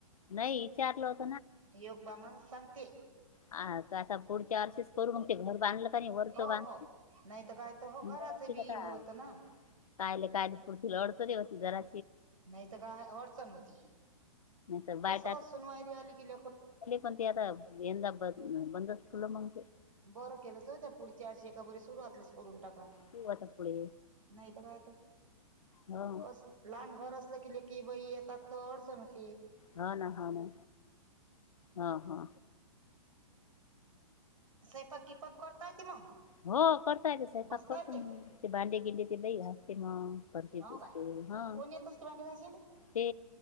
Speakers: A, on the left; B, on the right.
A: नाही विचारलो होत.
B: योग बामाण सांगते.
A: आ आता पुढच्या वर्षीच करून ते घर बांधलं. का नाही वरचं
B: हो
A: बांध
B: हो नाही तर काय तर हो घराच
A: जराशी का
B: बी
A: आता
B: हो होतं ना.
A: कायले काय पुढती लडतरी होती जरा
B: नाही तर काय अडचण होती.
A: बाट
B: कसं सून वायरी आली की लेकर
A: पण ते आता यंदा ब बंदुलं मग
B: बरं केलं जाऊ द. पुढच्या आर्शी एका बरी सुरूातलीस करून टाका
A: ठेऊ आता पुढे
B: नाहीत काय तर
A: हो
B: कस लहान घर असलं किले की बाई आता अडचण हो.
A: हा ना हा ना हा हा.
B: स्वपाक दीपक करता येत मग
A: हो करता येत साहेपाक
B: बसता
A: करत
B: येते
A: मग ते भांडे गिंडे ते बाही घासते मग घरचे पुसते.
B: हो काय
A: हा
B: कोण येत असते भांडे कशले
A: ते